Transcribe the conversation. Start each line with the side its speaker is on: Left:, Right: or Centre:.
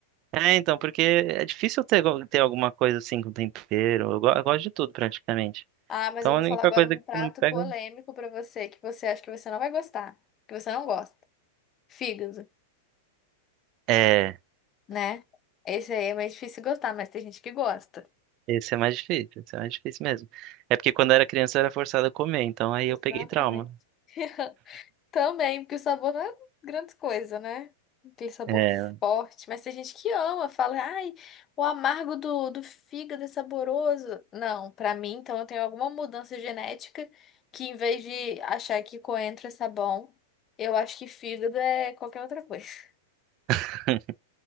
Right: é, então, porque é difícil ter, ter alguma coisa assim com tempero. Eu, go- eu gosto de tudo praticamente.
Left: Ah, mas
Right: Então
Left: eu vou
Right: a única
Left: falar agora
Right: coisa
Left: um
Right: que
Left: prato
Right: não me pega
Left: polêmico pra você que você acha que você não vai gostar, que você não gosta. Fígado,
Right: é.
Left: né? Esse aí é mais difícil gostar, mas tem gente que gosta.
Right: Esse é mais difícil, esse é mais difícil mesmo. É porque quando eu era criança eu era forçada a comer, então aí
Left: Exatamente.
Right: eu peguei trauma.
Left: <laughs> Também, porque o sabor não é grande coisa, né? Aquele sabor
Right: É.
Left: forte. Mas tem gente que ama, fala, ai, o amargo do, do fígado é saboroso. Não, pra mim, então eu tenho alguma mudança genética que em vez de achar que coentro é sabão, eu acho que fígado é qualquer outra coisa. <laughs>
Right: <laughs>